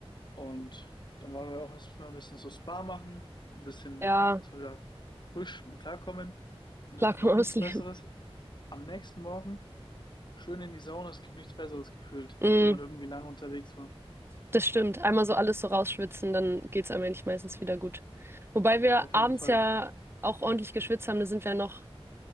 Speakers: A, on the left (about 45°); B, on the right (about 25°).
A: Und dann waren wir auch erstmal ein bisschen so Spa machen, ein bisschen
B: Ja,
A: erstmal wieder frisch und klarkommen. Ich finde,
B: klar
A: es gibt
B: kann
A: auch
B: man
A: nichts
B: ausleben.
A: Besseres. Am nächsten Morgen schön in die Sauna. Es gibt nichts Besseres gefühlt,
B: Mm,
A: nachdem man irgendwie lange unterwegs war.
B: das stimmt. Einmal so alles so rausschwitzen, dann geht's einem eigentlich meistens wieder gut. Wobei wir
A: Auf
B: abends
A: jeden Fall.
B: ja auch ordentlich geschwitzt haben, da sind wir ja noch.